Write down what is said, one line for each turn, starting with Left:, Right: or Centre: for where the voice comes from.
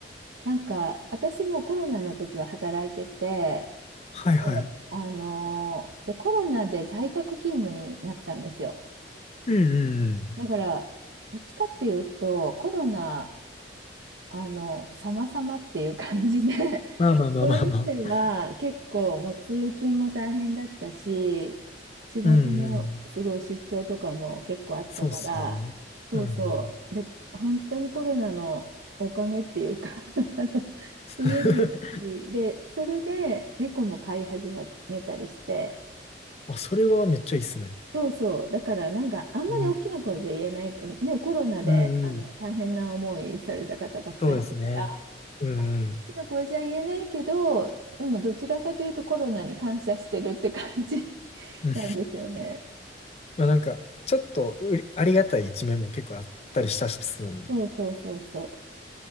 Right: なんか私もコロナの時は働いてて、
Left: はいはい。
Right: であのーで、コロナで在宅勤務になったんですよ。
Left: うんうんうん。
Right: だから、どっちかっていうと、コロナあの、様々っていう感じで
Left: まあまあまあまあまあ。
Right: <laughs> それまでは結構もう通勤も大変だったし、仕事もすごい出張とかも結構あったから、
Left: うんうん。そうっすよね。
Right: そうそう。
Left: うんうん。
Right: で、本当にコロナのおかげっていうか <laughs> あの、
Left: <laughs>
Right: 家でゆっくり、で、それで猫も飼い始めたりして、
Left: まあ、それはめっちゃいいっすね。
Right: そうそう。だからなんかあんまり大きな声じゃ言えないけど、
Left: うん、
Right: ね、コロナであの大変な思いされた方たくさんいるから、
Left: うんうん。そうですね。うんうん。
Right: あのきの子じゃ言えないけど、でもどちらかというとコロナに感謝してるって感じ <laughs>
Left: <laughs> うん
Right: なんですよね。
Left: まあなんか、ちょっとうりありがたい一面も結構あったりしたしするので。
Right: うんそうそうそうそ